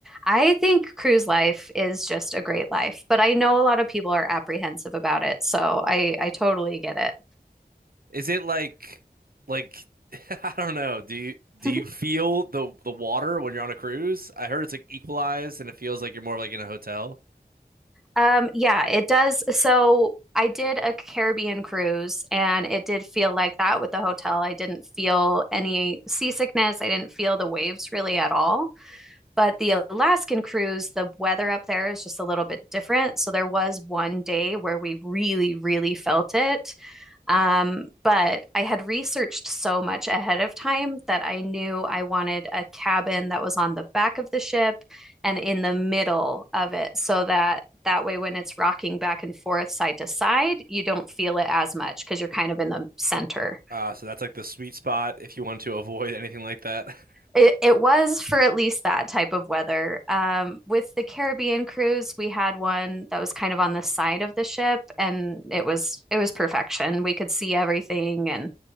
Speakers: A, in the centre; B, on the right (about 65°).
A: I think cruise life is just a great life, but I know a lot of people are apprehensive about it, so I I totally get it.
B: Is it like like <laughs> I don't know. Do you do
A: <laughs>
B: you feel the the water when you're on a cruise? I heard it's like equalized and it feels like you're more like in a hotel.
A: Um, yeah, it does. So I did a Caribbean cruise and it did feel like that with the hotel. I didn't feel any seasickness. I didn't feel the waves really at all. But the Alaskan cruise, the weather up there is just a little bit different. So there was one day where we really, really felt it. Um, but I had researched so much ahead of time that I knew I wanted a cabin that was on the back of the ship and in the middle of it so that that way when it's rocking back and forth side to side, you don't feel it as much because you're kind of in the center.
B: Uh, so that's like the sweet spot if you want to <laughs> avoid anything like that. <laughs>
A: It, it was for at least that type of weather. Um, with the Caribbean cruise, we had one that was kind of on the side of the ship, and it was it was perfection. We could see everything, and